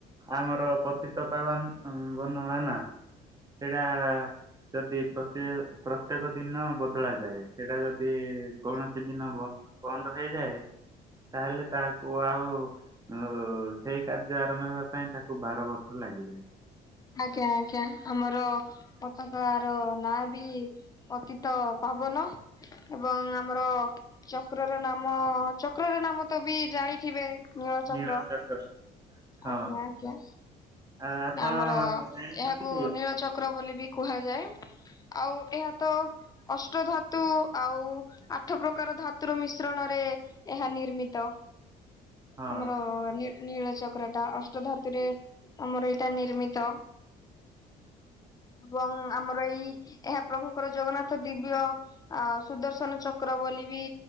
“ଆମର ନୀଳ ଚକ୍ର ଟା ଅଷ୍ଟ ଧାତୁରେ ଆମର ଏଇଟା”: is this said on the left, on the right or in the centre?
Left